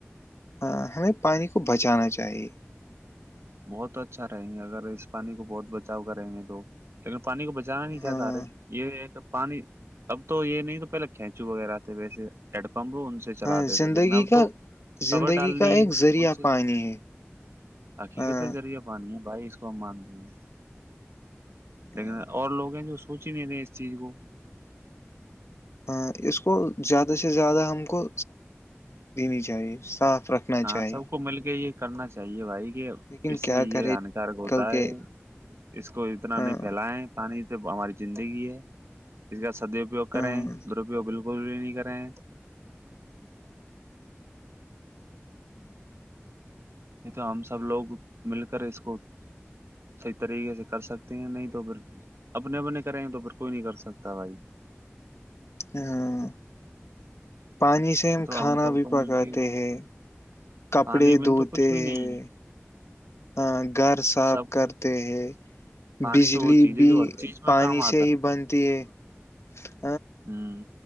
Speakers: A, on the left (about 75°); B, on the right (about 70°).
A: ہاں ہمیں پانی کو <unintelligible> کو بچانا چاہیے <unintelligible>
B: بہت اچھا رہیں گے اگر اس پانی کو بہت بچاؤ کریں گے تو لیکن <unintelligible> پانی کو بچانا نہیں چاہتا
A: ہاں
B: ارے یہ <unintelligible> پانی اب تو یہ نہیں تو پہلے کھینچو وغیرہ تھے ویسے ایڈ <unintelligible> پمبو ان سے چلاتے
A: ہاں
B: تھے
A: زندگی
B: لیکن اب
A: کا
B: تو
A: زندگی
B: صبر ڈال
A: کا
B: دی
A: ایک
B: ہے
A: ذریعہ
B: ان سے
A: پانی ہے
B: <unintelligible> ھ
A: ہاں
B: ہے توذریہ پا بھائی اس کو مانتے ہیں
A: ہاں
B: لیکن اور لوگ ہیں جو اس کو سوچ ہی نہیں رہے اس چیز کو
A: ہاں اس کو زیادہ سے زیادہ ہم کو دینی چاہیے صاف رکھنا
B: ہاں
A: چاہیے
B: سب کو مل کے یہ کرنا چاہیے بھائی یہ
A: لیکن
B: اس
A: کیا
B: سے یہ
A: کرے آج
B: ہانیکارک ہوتا
A: کل کے
B: ہے اس کو اتنا
A: آ،
B: نہیں پھیلائے پانی ہماری زندگی ہے اس کا س سادی بھیگ
A: ہاں
B: کریں دروی ب گول نہیں کریں نہیں تو ہم سب لوگ مل کر اس کو صحیح طریقے سے کر سکتے ہیں نہیں تو پھر اپنے اپنے کریں گ تو پھر کوئی نہیں کر سکتا بھائی
A: ہاں پانی سے ہم
B: تو
A: کھانا
B: سب
A: بھی
B: کو
A: پکاتے
B: مل کے
A: ہیں کپڑے
B: پانی بن
A: دھوتے
B: تو کچھ بھی نہیں
A: ہیں
B: ہے
A: ہاں گھر صاف
B: سب
A: کرتے ہے
B: پانی
A: بجلی
B: تو وہ چیز
A: بھی
B: ہے جو ہر چیز میں
A: پانی
B: کام
A: سے ہی بنتی ہے جی
B: ہوں